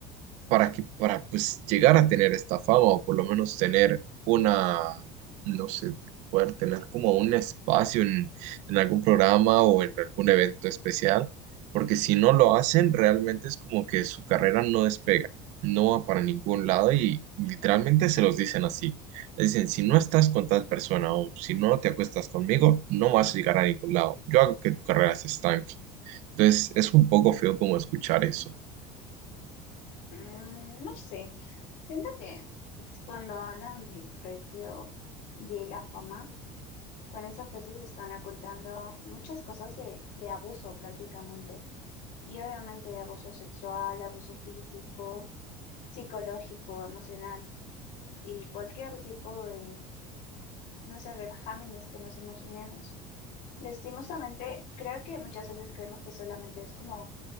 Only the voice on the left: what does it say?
Mm, no sé, siento que cuando hablan del precio de la fama, Con esa frase se están ocultando muchas cosas de, de abuso prácticamente. Y obviamente abuso sexual, abuso físico, psicológico, emocional y cualquier tipo de, no sé, de vejámenes que nos imaginemos. Lastimosamente, creo que muchas veces creemos que solamente es como